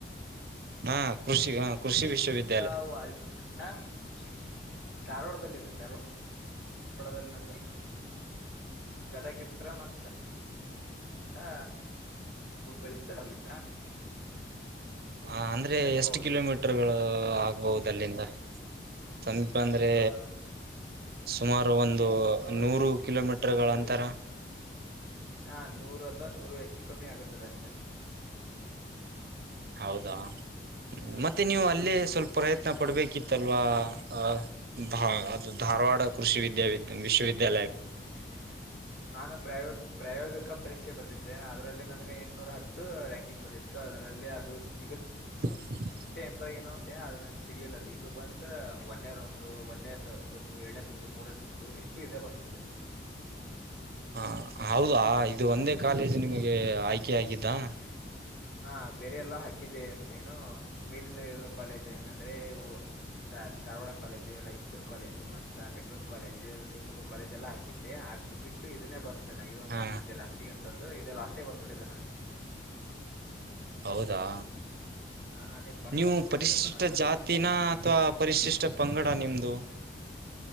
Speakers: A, on the right; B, on the left.
A: ಹಾ ಕೃಷಿ ಹ ಕೃಷಿ ವಿಶ್ವವಿದ್ಯಾಲಯ
B: ತಾವು ಕೃಷಿ ವಿಶ್ವವಿದ್ಯಾಲಯ ಧಾರವಾಡದಲ್ಲಿದೆ ಧಾರವಾಡ <unintelligible> ಲ್ಲಿ ನಮಗೆ ಗದಗಿಂತ್ರ ಮತ ಹ ಹುಬ್ಬಳ್ಳಿಯಿಂದ <unintelligible>
A: ಹಾ ಅಂದ್ರೆ
B: ಸಮೀಪವಾಗುತ್ತದೆ
A: ಎಷ್ಟು ಕಿಲೋಮೀಟರ್
B: ನಮಗಲ್ಲಿ
A: ಗಳ ಆಗಬಹುದು ಅಲ್ಲಿಂದ ಸಮೀಪ ಅಂದ್ರೆ
B: ಆ
A: ಸುಮಾರು ಒಂದು ನೂರು
B: ಸುಮಾರು ಒಂದು
A: ಕಿಲೋಮೀಟರ್ ಗಳ
B: ನೂರು
A: ಅಂತರ
B: ಕಿಲೋಮೀಟರ್ಗಳ ಹಾ ನೂರು ಅಥವಾ ನೂರು ಹೆಚ್ಚು ಕಮ್ಮಿ ಆಗುತ್ತದ ಅಷ್ಟೆ <inaudible>
A: ಹೌದಾ ಮತ್ತೆ ನೀವು
B: ಹ
A: ಅಲ್ಲೇ ಸ್ವಲ್ಪ
B: ಮತ್ತೆ
A: ಪ್ರಯತ್ನ
B: ನೀವು ಅಲ್ಲೇ
A: ಪಡ್ಬೇಕಿತ್ತಲ್ವಾ
B: ಸ್ವಲ್ಪ ಪ್ರಯತ್ನ ಪಡ್ಬೇಕಿತ್ತಲ್ವಾ
A: ಅ ಭಾ
B: <unintelligible>
A: ಅದು ಧಾರವಾಡ ಕೃಷಿ ವಿದ್ಯಾವಿ
B: ಧಾರವಾಡ ಕೃಷಿ
A: ವಿಶ್ವವಿದ್ಯಾಲಯ
B: ವಿದ್ಯಾಲಯ ಕೃಷಿ ವಿಶ್ವವಿದ್ಯಾಲಯ ನಾನು ಪ್ರಾಯೋ ಪ್ರಾಯೋಗಿಕ ಪರೀಕ್ಷೆ ಬರ್ದಿದ್ದೇ ಅದರಲ್ಲಿ ನನಗೆ ಎಂಟ್ನೂರ ಹತ್ತು ರಾಂಕಿಂಗ್ ಬಂದಿತ್ತು ಅದರಲ್ಲಿ ಅದು ಸಿಗುತ್ತೆ
A: <inaudible>
B: ಮೆ ಅಂತ ಏನೋ ಅದು ನಂಗೆ ಸಿಗಲ್ಲ ಇದು ಬಂದು ಒಂನೇ ರೌಂಡು ಒಂನೇ ಸುತ್ತು ಎರಡನೇ ಸುತ್ತು ಮೂರನೇ ಸುತ್ತು ಇಷ್ಟು ಇದೆ ಬಂದಬಿಟಿದ ನಂಗೆ
A: ಹಾ ಹೌದಾ ಇದು ಒಂದೇ ಕಾಲೇಜ್ ನಿಮಗೆ ಆಯ್ಕೆ ಆಗಿದ್ದಾ
B: ಬೇಕಿತ್ತಾ ಹಾ ಬೇರೆ ಎಲ್ಲಾ ಹಾಕಿದ್ದೆ ಅಂತೆ ಏನೂ ಮೇಲಿನಲ್ಲಿರುವ ಕಾಲೇಜ್ ಹೆಂಗಂದ್ರೆ ಇವು ದ ಧಾರವಾಡ ಕಾಲೇಜು ರೈಚುರ್ ಕಾಲೇಜು, ಮತ್ತ ಬೆಂಗಳೂರು ಕಾಲೇಜು, ಶಿವಮೊಗ್ಗ ಕಾಲೇಜ್, ಎಲ್ಲಾ ಹಾ ದ್ದೆ ಹಾಕ್ ಬಿಟ್ಟು ಇದನ್ನೇ ಬಂದಿದೆ ಅಣ್ಣಾ ಇದೊಂದು
A: ಹಾ
B: ಹಾಕಿದ್ದೆಲ್ಲ ಲಾಷ್ಟಿಗೆ ಅಂತಂದು ಇದೆಲ್ಲ ಲಾಷ್ಟೇ ಬಂದ್ಬಿಟ್ಟಿದೆೆ ಅಣ್ಣಾ
A: ಹೌದಾ
B: ಹಾ ಅದೇ ಬರ್ಲ
A: ನೀವು
B: ಅನ್ಕೊಂಡಿದ್ದಪ್ಪಾ
A: ಪರಿಶಿಷ್ಟ
B: ನಾನು
A: ಜಾತಿನ
B: ಜಾತಿನ
A: ಅಥವಾ ಪರಿಶಿಷ್ಟ
B: ಅಥವಾ
A: ಪಂಗಡ
B: ಪರಿಶಿಷ್ಟ
A: ನಿಮ್ದು
B: ಪಂಗಡ ನಿಮ್ದು